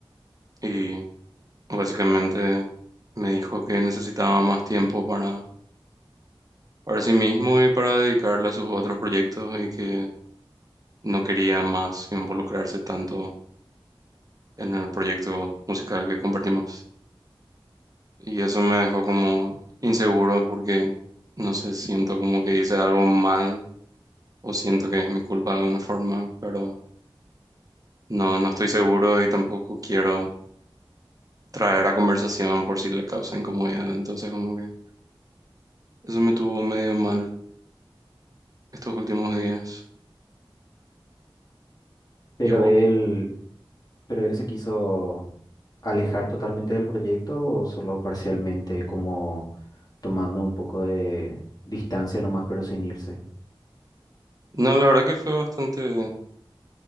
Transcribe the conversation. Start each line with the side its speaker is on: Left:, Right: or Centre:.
Right: y básicamente me dijo que necesitaba más tiempo para, para sí mismo y para dedicarle a sus otros proyectos y que no quería más involucrarse tanto en el proyecto musical que compartimos. Y eso me dejó como inseguro porque, no sé, siento como que hice algo mal o siento que es mi culpa de alguna forma, pero no, no estoy seguro y tampoco quiero traer a conversación por si le causa incomodidad. Entonces, como que eso me tuvo medio mal estos últimos días.
Left: ¿Pero
Right: ¿Y vos?
Left: él, pero él se quiso alejar totalmente del proyecto o solo parcialmente, como tomando un poco de distancia nomás, pero sin irse?
Right: No, la verdad que fue bastante,